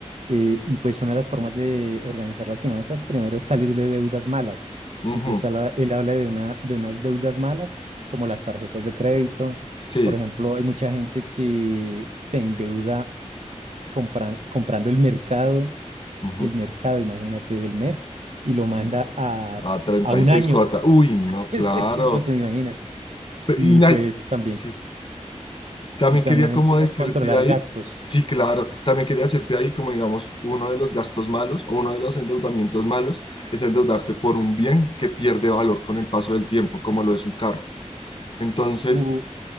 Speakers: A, on the right; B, on the left.
A: eh, y pues una de las formas de organizar las finanzas primero es salir de deudas malas.
B: Ujú,
A: Entonces habla- él habla de una, de unas deudas malas como las tarjetas de crédito.
B: Sí.
A: Por ejemplo, hay mucha gente que se endeuda compra- comprando el mercado,
B: ujú.
A: el mercado, imagínate, del mes y lo manda
B: Y-
A: a,
B: A 36
A: a un año.
B: cuotas. Uy, no,
A: <laughs>
B: claro.
A: Imagínate.
B: Pe-
A: Y
B: Y na-
A: pues también
B: sí, También
A: Y también
B: quería como
A: el tema
B: decirte
A: de controlar
B: ahí,
A: gastos.
B: sí, claro, también quería decirte ahí como digamos, uno de los gastos malos o uno de los endeudamientos malos es endeudarse por un bien que pierde valor con el paso del tiempo, como lo es un carro. Entonces,
A: Uh,